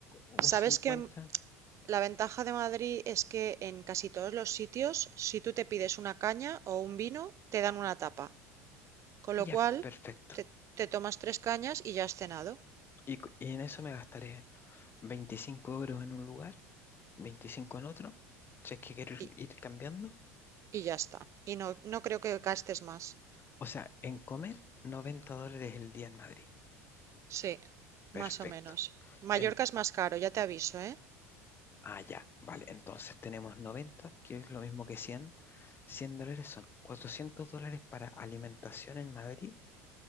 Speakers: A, on the left; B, on the right.
A: un cincuenta
B: ¿Sabes qué, La ventaja de Madrid es que en casi todos los sitios, si tú te pides una caña o un vino, te dan una tapa. Con
A: ya
B: lo cual,
A: perfecto.
B: te, te tomas tres cañas y ya has cenado.
A: Y, cu- y en eso me gastaré 25 euros en un lugar, 25 en otro, si es que quiero ir
B: Y,
A: ir cambiando
B: y ya está. Y no, no creo que gastes más.
A: O sea, en comer, 90 dólares el día en Madrid.
B: Sí, más
A: Perfecto.
B: o menos. Mallorca
A: En,
B: es más caro, ya te aviso, ¿eh?
A: ah, ya, vale. Entonces tenemos 90, que es lo mismo que 100. 100 dólares son 400 dólares para alimentación en Madrid,